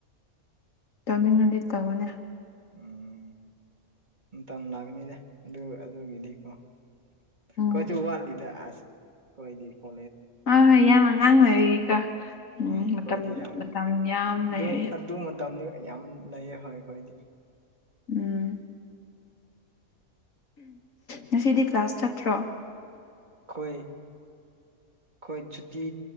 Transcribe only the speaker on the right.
ꯎꯝ ꯃꯇꯝ ꯂꯥꯛꯀꯅꯤꯅꯦ ꯑꯗꯨ ꯑꯗꯨꯒꯤꯗꯤꯀꯣ
ꯀꯣꯏꯁꯨ ꯎ ꯋꯥ ꯂꯤꯗ ꯑ ꯀꯣꯏꯗꯤ ꯀꯣ
ꯑꯩꯈꯣꯏꯗꯤ
ꯌꯥꯝ
ꯑꯗꯨ
ꯑꯗꯨ ꯃꯇꯝꯗꯤ ꯌꯥꯝ ꯂꯩꯌꯦ ꯍꯣꯏ ꯑꯩꯈꯣꯏꯗꯤ
ꯑꯩꯈꯣꯏ ꯑꯩꯈꯣꯏ ꯁꯨꯇꯤ